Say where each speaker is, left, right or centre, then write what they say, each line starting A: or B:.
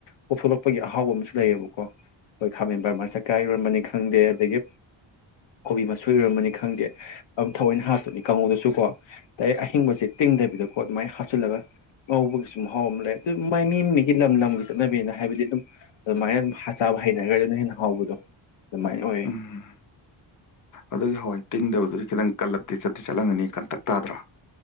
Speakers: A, on the left; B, on the left.
A: ꯀꯣꯛꯞꯊꯣꯛꯂꯛꯄꯒꯤ ꯑꯍꯥꯎꯕ ꯑꯃꯁꯨ ꯂꯩꯌꯦꯕꯀꯣ ꯑꯩꯈꯣꯏ ꯈꯥꯃꯦꯟ ꯕꯔꯃ ꯆꯀꯥ ꯏꯔꯣꯟꯝꯕꯅꯤ ꯈꯪꯗꯦ ꯑꯗꯒꯤ ꯀꯣꯕꯤ ꯃꯆꯣꯏ ꯏꯔꯝꯃꯅꯤ ꯈꯪꯗꯦ ꯑꯗꯨꯝ ꯊꯑꯣꯏꯅ ꯍꯥꯞꯇꯣꯅꯤ ꯀꯥꯡꯉꯨꯗꯁꯨꯀꯣ ꯑꯩ ꯑꯍꯤꯡꯕꯁꯦ ꯇꯤꯡꯗꯕꯤꯗꯀꯣ ꯑꯗꯨꯃꯥꯏꯅ ꯍꯥꯞꯆꯤꯜꯂꯒ ꯉꯧꯕꯒꯤ ꯁꯨꯝ ꯃꯍꯥꯎꯕ ꯑꯃ ꯂꯩ ꯑꯗꯨ ꯃꯥꯏ ꯃꯤ ꯃꯤꯒꯤ ꯂꯝ ꯂꯝꯒꯤ ꯆꯠꯅꯕꯤꯅ ꯍꯥꯏꯕꯗꯤ ꯑꯗꯨꯝ ꯑꯗꯨꯃꯥꯏꯅ ꯑꯗꯨꯝ ꯆꯥꯕ ꯍꯩꯅꯈ꯭ꯔꯗꯤ ꯑꯗꯨꯅ ꯍꯦꯟꯅ ꯍꯥꯎꯕꯗꯣ ꯑꯗꯨꯃꯥꯏꯅ ꯑꯣꯏꯌꯦ
B: ꯎꯝ ꯑꯗꯨꯒꯤ ꯍꯋꯥꯏ ꯇꯤꯡꯗꯕꯗꯨꯗꯤ ꯈꯤꯇꯪ ꯀꯜꯂꯞꯇꯗꯤ ꯆꯠꯇꯤ ꯆꯠꯂꯝꯒꯅꯤ ꯀꯟꯇꯛ ꯇꯥꯗ꯭ꯔꯥ